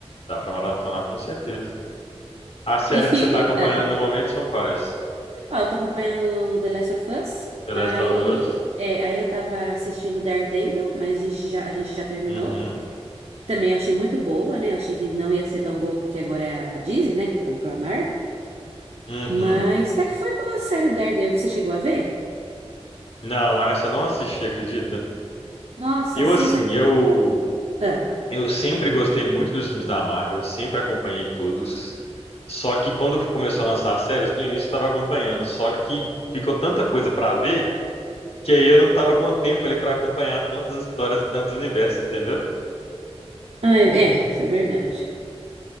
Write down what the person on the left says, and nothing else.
Dá pra maratonar com certeza. As séries
que você tá
acompanhando
no momento são quais?
The
Last of Us?
Uhum.
Uhum.
Não, essa eu não assisti, acredita?
Eu
assim, eu
Eu sempre gostei muito dos filmes da Marvel, eu sempre acompanhei todos. Só que quando começou a lançar as séries, no início eu estava acompanhando, só que ficou tanta coisa para ver que aí eu não estava com o tempo ali para acompanhar tantas histórias e tantos universos, entendeu?